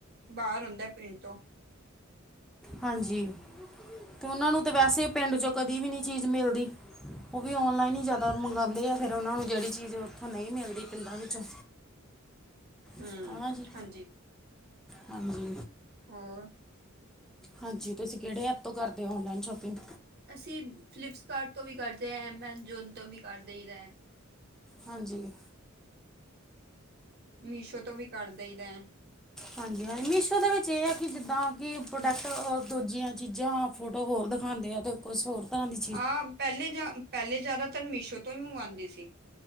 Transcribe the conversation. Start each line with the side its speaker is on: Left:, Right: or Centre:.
Right: ਬਾਰ ਹੁੰਦਾ ਪਿੰਡ ਤੋਂ
Centre: ਹਾਂਜੀ ਤੇ ਓਨਾਂ ਨੂੰ ਤੇ ਵੈਸੇ, ਪਿੰਡ ਚੋਂ ਕਦੀ ਵੀ ਨੀ ਚੀਜ਼ ਮਿਲਦੀ। ਓ ਵੀ ਔਨਲਾਇਨ ਈ ਜਾਦਾ ਮੰਗਾਂਦੇ ਆ, ਫੇਰ ਓਨਾ ਨੂੰ ਜੇੜੀ ਚੀਜ਼ ਓਥੋ ਨ‌ਈ ਮਿਲਦੀ, ਪਿੰਡਾਂ ਵਿੱਚੋਂ
Right: ਹੂੰ
Centre: ਹੈ ਨਾ ਜੀ
Right: ਹਾਂਜੀ
Centre: ਹਾਂਜੀ
Right: ਹੋਰ
Centre: ਹਾਂਜੀ, ਤੁਸੀਂ ਕੇੜੇ ਐਪ ਤੋਂ ਕਰਦੇ ਓ ਔਨਲਾਈਨ ਸ਼ੋਪਿੰਗ।
Right: ਅਸੀਂ ਫਲਿੱਪਸਕਾਰਟ ਤੋਂ ਵੀ ਕਰਦੇ ਐ ਐਮਾਜੋਨ ਤੋਂ ਵੀ ਕਰ ਦੇਈ ਦਾ।
Centre: ਹਾਂਜੀ।
Right: ਮੀਸ਼ੋ ਤੋਂ ਵੀ ਕਰ ਦਈ ਦਾ।
Centre: ਹਾਂਜੀ-ਹਾਂਜੀ ਮੀਸ਼ੋ ਦੇ ਵਿੱਚ ਏ ਆ ਕੀ ਜਿੱਦਾਂ ਕੀ ਪ੍ਰੋਡਕਟ ਆ ਦੂਜੀਆਂ ਚੀਜ਼ਾਂ ਫੋਟੋ ਹੋਰ ਦਿਖਾਂਦੇ ਆ ਤੇ। ਕੁਛ ਹੋਰ ਤਾ ਨੀ।
Right: ਹਾਂ ਪਹਿਲੇ ਜਾ, ਪਹਿਲੇ ਜਾਦਾਤਰ ਮੀਸ਼ੋ ਤੋਂ ਹੀ ਮੰਗਵਾਂਦੇ ਸੀ।